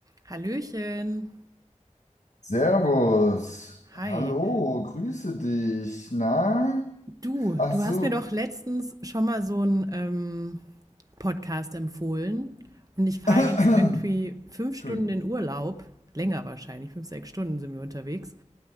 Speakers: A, on the right; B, on the left.
A: Hallöchen.
B: Servus,
A: Hi.
B: hallo, grüße dich. Na?
A: Du,
B: Ach
A: du
B: so,
A: hast mir doch letztens schon mal so einen ähm, Podcast empfohlen und ich fahre
B: <clears throat>
A: jetzt irgendwie fünf
B: Entschuldigung.
A: Stunden in Urlaub, länger wahrscheinlich, fünf, sechs Stunden sind wir unterwegs.